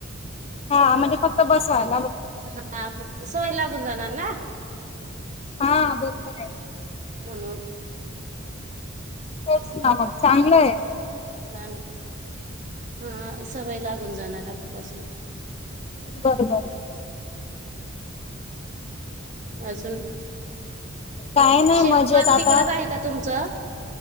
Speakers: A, on the left; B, on the right.
A: हा म्हणजे फक्त बसाल
B: हा फक्त सवय लागून जाणार ना
A: हा बरोबर आहे.
B: म्हणून.
A: तेच ना मग चांगलं हे.
B: ह ना हा सवय लागून जाणार आत्तापासून.
A: बरोबर
B: अजून
A: काय नाही
B: शेतपल
A: मजेत आता
B: तिकडच आहे का तुमचं?